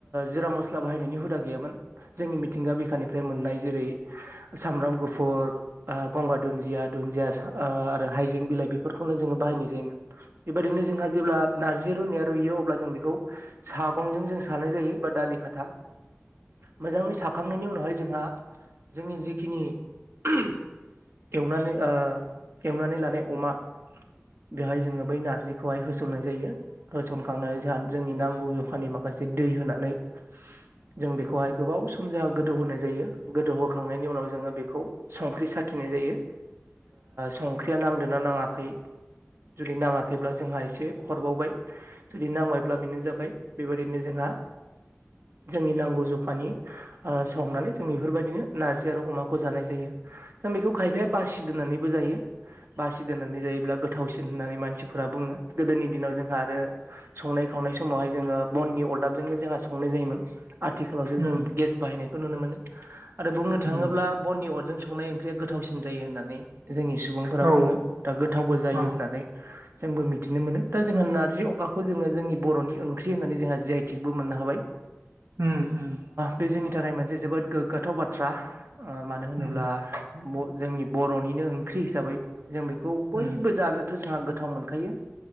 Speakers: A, on the right (about 55°); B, on the right (about 80°).
A: जिरा मस्ला बाहायनायनि हुदा गैयामोन जोंनि मिथिंगा बिखानिफ्राय मोननाय जेरै सामब्राम गुफुर, आ गंगार दुन्दिया, दुन्दिया ओ आरो हायजें बिलाइ बेफोरखौनो जोङो बाहायनाय जायोमोन। बेबायदिनो जोंहा जेब्ला नारजि रुनाया रुयो अ बेखौ सागंजों जों सानाय जायो बा दालि खाथा मोजाङै साखांनायनि उनावहाय जोंहा जोंनि जिखिनि ओ एवनानै ओ एवनानै लानाय अमा बेहाय जोङो बै नारजिखौहाय होसननाय जायो होसन खांनानै जाह जोंनि नांगौ जखानि माखासे दै होनानै जों बेखौहाय गोबाव सम जोंहा गोदौ होनाय जायो गोदौहोखांनायनि उनाव जोङो बेखौ संख्रि स साखिनाय जायो संख्रिया नांगौ न्दा नाङाखै जुदि नाङाखैब्ला जोंहा एसे हरबावबाय जुदि नांबायब्ला बेनो जाबाय बेबायादि जों जोंनि नांगौ जखानि सावनानै जों बेफोरबायदिनो न ख आरो अमाखौ जानाय जायो जों बेखौ खायफाया बासि दोननानैबो जायो बासि दोननानै जायोब्ला गोथावसिन होननानै मानसिफोरा बुङो गोदोनि दिनाव जोंहा आरो संनाय खावनाय समावहाय जोङो बननि अरदाबजोंनो जोंहा संनाय जायोमोन आथिखालावसो
B: उम
A: जों गेस बाहायनायखौ नुनो मोनो आरो बुंनो थाङोब्ला
B: उम
A: बननि अरजों संनाय ओंख्रिया गोथावसिन जायो होननानै जोंनि सुबुंफोरा
B: औ
A: बुङो दा गोथावबो जायो
B: औ
A: होननानै जोंबो मिथिनो मोनो दा जोंहा नार्जि अमाखौ जोङो जोंनि बर'नि ओंख्रि होननानै जोंहा जि आइ थटिकबो मोननो हाबाय
B: उम उम
A: बे जोंनि थाखाय मोनसे जोबोद गोग्गाथाव बाथ्रा मानो होनोब्ला
B: उम
A: जोंनि बर'निनो ओंख्रि हिसाबै जों बेखौ बयबो
B: उम
A: जानोथ' जोंहा गोथाव मोनखायो